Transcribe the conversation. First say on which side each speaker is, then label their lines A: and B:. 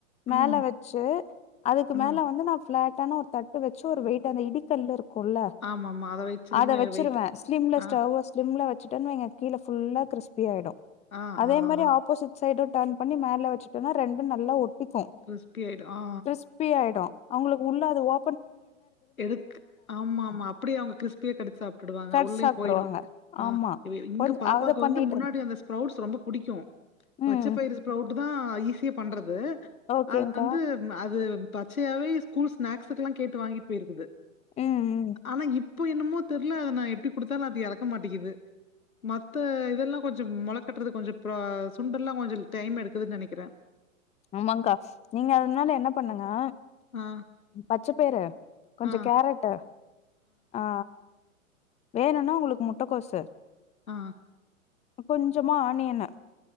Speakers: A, on the left; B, on the left.
A: மேல
B: ம்
A: வச்சு அதுக்கு
B: ம்
A: மேல வந்து நா ஃப்ளாட் டனோ தட் டு வச்சு ஒரு வெயிட் அந்த இடிக்கல்ல இருக் குல்ல
B: ஆமாமா வச்சிருவீன்னா
A: அத வச்சிருவே
B: வெயிட்
A: ஸ்லிம்ல
B: ஆ
A: ஸ்டவ்வ ஸ்லிம்ல சிட்டா நீங்க கீழ ஃபுல்லாக கிரிஸ்பி யாகிடும்
B: ஆ
A: அதே
B: ஆ
A: மாரி
B: ஆ
A: ஆப்போசிட் சைடு ட்டர்ன் பண்ணி மேல வச்சுட்டோனா ரெண்டும் நல்லா ஒ க்கும்
B: கிறிஸ்பி ஆயிடும் ஆ
A: கிரிஸ்பி ஆயிடும் அவங்களுக்கு உள்ள அது ஓ
B: எடுக்கு ஆமா ஆமா அப்டியே அவங்க கிரிஸ்பியா கடித்து சாப்பிட்டுடுவாங்க
A: கட்
B: உள்ளயும்
A: சாப்ட்ருவாங்க
B: போயிடும் ஆ
A: ஆமா
B: இங்க
A: கொஞ்
B: பாப்பாவுக்கு
A: அத பண்ணிட்டு
B: வந்து முன்னாடி அந்த ஸ்ப்ரௌட்ஸ் ரொம்ப பிடிக்கும் பச்சை
A: ம்
B: பயிறு ஸ்பரவுட் தா ஈஸியா பண்றது
A: ஓகேங்க்கா
B: அது வந்து அது பச்சையவே ஸ்கூல் ஸ்நாக்ஸுக்குல்லா கேட்டு வாங்கிட்டு போயிருக்குது
A: ம் ம்
B: ஆனா இப் இப்போ என்னமோ தெரில அத நா எப்டி கொடுத்தாலும் அது இறக்க மாட்டேங்கிது மத்த இதெல்லாம் கொஞ்சம் மொள கட்டுறது கொஞ்சம் அப்றம் சுண்டெல்லாம் கொஞ்சம் டைம் எடுக்குதுன்னு நெனைக்கிறே
A: ஆமாக்கா நீங்க அதனால என்ன பண்ணு னா
B: ஆ,
A: பச்ச பயறு கொஞ்ச
B: ஆ,
A: கேரட்டு ஆ ஆ வேணும்னா உங்களுக்கு முட்டக்கோசு
B: ஆ
A: கொஞ்சமா ஆனியனு